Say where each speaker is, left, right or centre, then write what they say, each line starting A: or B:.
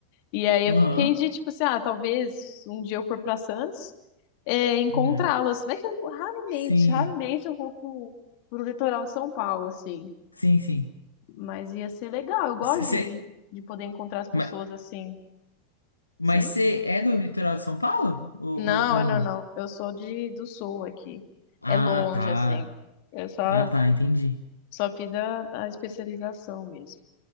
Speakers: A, on the left (about 45°); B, on the left (about 80°).
A: E aí
B: Aham.
A: eu fiquei de tipo assim, ah, talvez um dia eu for pra Santos, é, encontrá-las.
B: Uhum.
A: Mas é que eu, raramente,
B: Sim.
A: raramente eu vou pro, pro litoral de São Paulo, assim.
B: Sim, sim.
A: Mas ia ser legal, eu gosto
B: Cê,
A: de,
B: cê-
A: de poder encontrar as pessoas
B: ma-
A: assim.
B: mas
A: Sim?
B: você é do litoral de São Paulo? Ou, ou,
A: Não,
B: ou não?
A: não, não. Eu sou de, do sul aqui.
B: Ah,
A: É longe,
B: tá.
A: assim. Eu só,
B: Ah, tá, entendi.
A: só fiz a, a especialização mesmo.